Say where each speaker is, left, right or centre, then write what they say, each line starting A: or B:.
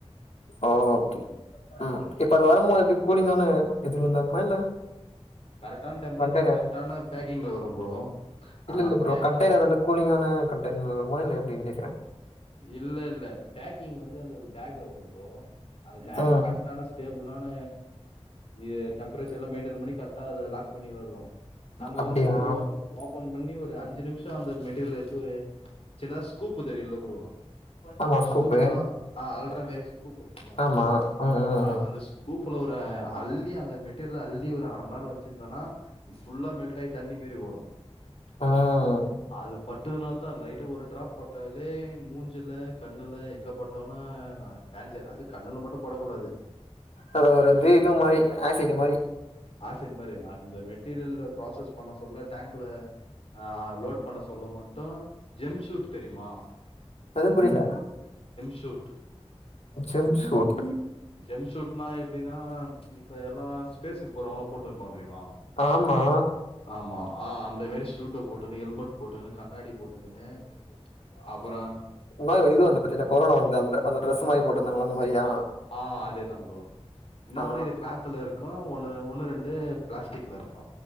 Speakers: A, on the left; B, on the left.
A: ஓகே அ இப்ப அது வரும்போது எப்டி கூலிங்கான இதுலந்தமா இல்ல
B: கரெக்டான டெம்பரேச்சர்ல
A: கண்டெய்னர்
B: கரெக்டான பேக்கிங்ல வரு ப்ரோ
A: இல்ல
B: நம்ம
A: இல்ல
B: அந்த
A: ப்ரோ
B: பேக்கிங்
A: கண்டெய்னர் வந்து கூலிங்கான கண்டெய்னர்ல வருமா இல்ல ஏப்டின்னு கேக்கற
B: இல்ல இல்ல பேக்கிங் வந்து அந்த ஒரு பேக்ல வரு ப்ரோ அந்த பேக்ல
A: ம்
B: கர் டான ஸ்டேபுளான இது டெம்ப்ரேச்சரெல்லா மெய்டெய்ன் பண்ணி கரெக்டா அத லாக் பண்ணி வரு நம்ம
A: அப்டியா
B: வந்து இங்க ஓபன் ஓப் ஃபோன் பண்ணி ஒரு அஞ்சு நிமிஷோ அந்த மெட்டீரியல எடுத்து ஒரு சின்ன ஒரு ஸ்கூப்பு தெரியுல ப்ரோ
A: ஆமா ஸ்கூப்பு
B: ஸ்கூப்புனா ஆ அல்ர மேரி ஸ்கூப் இருக்குல்ல
A: ஆமா ம் ம்
B: ஆ
A: ம்
B: அந்த ஸ்கூப்புல ஒரு அள்ளி அந்த மெட்டீரியல அள்ளி ஒரு அர மணி நேரோ வச்சிருந்தோன்னா ஃபுல்லா மெல்ட் ஆயி தண்ணி மறி ஓடு
A: ம்
B: அது பட் ட்டுனா தா லைட்டா ஒரு டிராப் பட்டாலே மூஞ்சில, கண்ணுல எங்க பட்டாலு டேஞ்சர் அது கண்ணுல மட்டு பட கூடாது
A: அத ஒரு இது இது மாரி ஆசிட் மாரி
B: அசிட் மாரி அந்த மெட்டீரியல்ல ப்ராசஸ் பண்ண சொல்ல டேங்க்ல ஆ லோட் பண்ண சொல்ல மட்டு ஜெம் ஷூட் தெரிமா
A: என்னது புரில
B: ஷூட்.
A: ஜெம்சூட்
B: ஜெம் ஷூட்னா எப்டின்னா இப்ப எல்லா ஸ்பேஸுக்கு போறவங்கல்லா போட்டுன்னுஇருப்பாங்க தெரிமா
A: ஆமா
B: ஆமா ஆ அந்த மேரி ஷூட்ட போட்டுன்னு ஹெல்மெட் போட்டுக்குணு கண்ணாடி போட்டுக்குணு அப்பறோ
A: நா இது வந்துபத்தினா கொரோனா வந்து அந்த ட்ரெஸ் மாரி போட்டுருந்தாங்கள அந்த மாரியா
B: அ ஆ அதேதா ப்ரோ என்ன
A: ஆ
B: ஒண்ணு இது கிளாத்துல இருக்கு ஒன்னு ஒண்ணு ரெண்டு பிளாஸ்டிக்ல இருக்கு